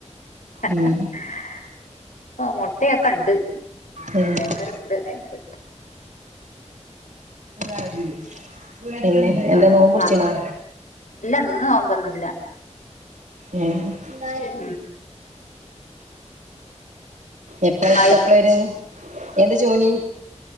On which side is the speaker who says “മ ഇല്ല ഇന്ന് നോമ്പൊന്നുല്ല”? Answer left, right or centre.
Left